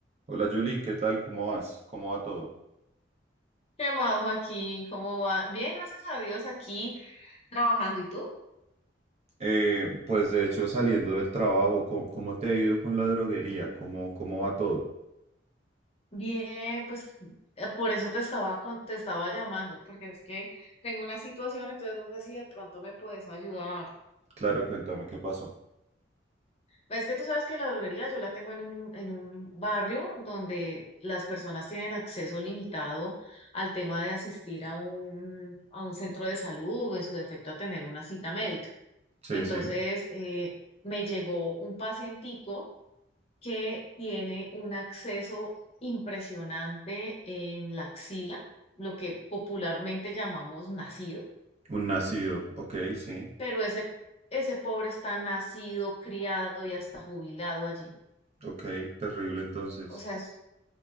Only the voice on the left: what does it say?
¿Qué más, Joaquín? ¿Cómo va? Bien, gracias a Dios, aquí trabajando. ¿Y tú?
Bien, pues eh, por eso te estaba con- te estaba llamando, porque es que tengo una situación, entonces no sé si de pronto me puedes ayudar.
Ves que tú sabes que la droguería yo la tengo en un, en un barrio donde las personas tienen acceso limitado al tema de asistir a un, a un centro de salud o en su defecto a tener una cita médica.
Entonces,
eh, me llegó un pacientico que tiene un acceso impresionante en la axila, lo que popularmente llamamos nacido,
pero ese, ese pobre está nacido, criado y hasta jubilado allí.
O sea, es-